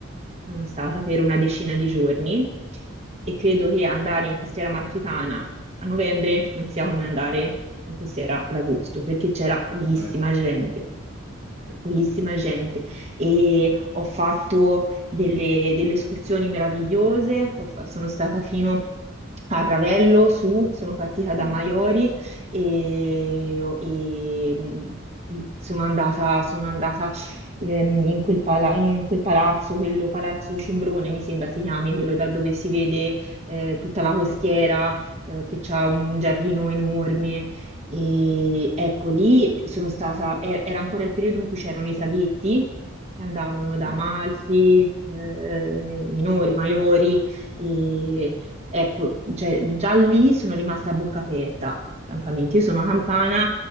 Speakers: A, on the right; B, on the left.
A: sono stata per una decina di giorni e credo che andare in costiera amalfitana a novembre non sia come andare in costiera ad agosto, perché c'era pochissima
B: Certamente,
A: gente
B: certamente.
A: pochissima gente e ho fatto delle, delle escursioni meravigliose, Ho fa- sono stata fino a Ravello su, sono partita da
B: Mm,
A: Maiori e, e, mh, sono andata, sono andata ehm, in quel, pala- in quel palazzo, quello Palazzo Cimbrone mi sembra si chiami, quello da dove si vede eh, tutta la costiera, eh, che ha un giardino enorme e ecco, lì sono stata, e- era ancora il periodo in cui c'erano i traghetti che andavano
B: mm.
A: da Amalfi, eh, minori, maiori, e ecco, cioè, già lì sono rimasta a bocca aperta, francamente. Io sono campana,